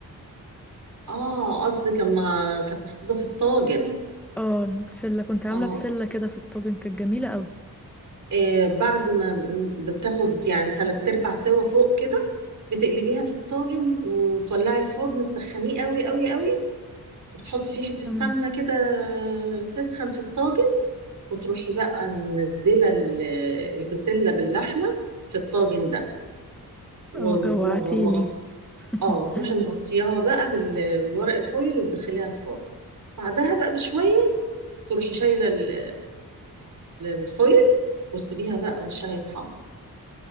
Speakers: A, on the right; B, in the centre.
A: اه قصدك اما كانت محطوطة في الطاجن
B: اه بسله كنت عامله
A: اه
B: بسله كده في الطاجن كانت جميله قوي
A: إيه بعد ما بتاخد يعني تلات ارباع سوا فوق كده بتقلبيها في الطاجن وتولعي الفرن تسخنيه قوي قوي قوي وتحطي فيه حتة
B: تمام
A: سمنة كده تسخن في الطاجن وتروحي بقى منزلة ال- البسلة باللحمة في الطاجن ده ومغطي
B: اه جوعتيني
A: اه
B: <laughs>
A: وتروحي مغطياها بقى بال- بالورق الفويل وتدخليها الفرن بعدها بقى بشوية تروحي شايله ال- الفويل وتسيبيها بقى وشها يتحمر